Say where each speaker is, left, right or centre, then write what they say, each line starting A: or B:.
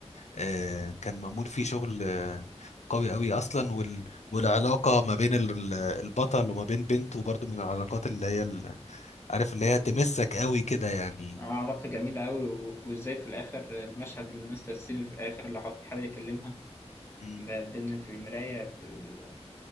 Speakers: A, on the left (about 80°); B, on the left (about 20°).
A: آه، كان معمول فيه شغل آه، قوي قوي اصلا وال... والعلاقه ما بين ال- ال- البطل وما بين بنته برضو من العلاقات اللي هي ال... عارف اللي هي تمسك قوي كده يعني
B: علاقة جميلة أوي و- وإزاي في الآخر المشهد اللي مستر سين في الآخر اللي حاول- بيحاول يكلمها
A: مم.
B: ب- بين في المراية في ال...